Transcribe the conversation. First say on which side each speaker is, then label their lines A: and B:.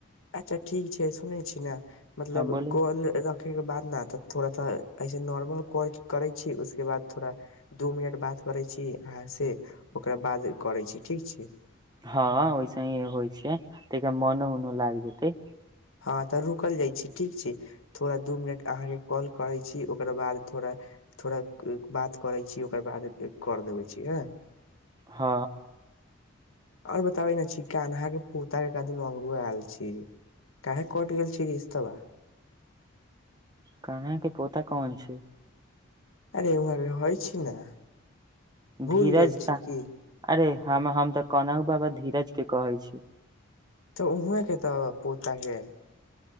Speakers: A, on the left (about 80°); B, on the right (about 20°).
A: अच्छा ठीक छै सुनेै छी ने मतलब
B: हँ बोली
A: कॉल र देखे के बाद ने त थोड़ा त ऐसे नॉर्मल क करै छी उसके बाद थोड़ा दू मिनट बाद करै छी अहाँ से ओकरा बाद करै छी ठीक छै।
B: हँ ओहिसे ही होइ छै। तैक मनो उनो लागदतै।
A: हँ तऽ रुकल जाइत छी ठीक छी थोड़ा दू मिनट अहाँके कॉल करैत छी ओकर बाद थोड़ा थोड़ा बात करै छी ओकर बाद कर देबै छी हँ।
B: हँ।
A: और बताबै ने छी कान्हा अहाँके पोत के कादन अंगो आयल छी। काहे कट गेल छै रिश्तबा।
B: कान्हा के पोता कोन छै।
A: अरे इ भ होइ छी ने। भूल
B: धीरज
A: गेल छी
B: का
A: कि।
B: अरे हम, हम ते कोनाहु बाबा धीरज के कहै छी।
A: तऽ उहाँ के ते पोता के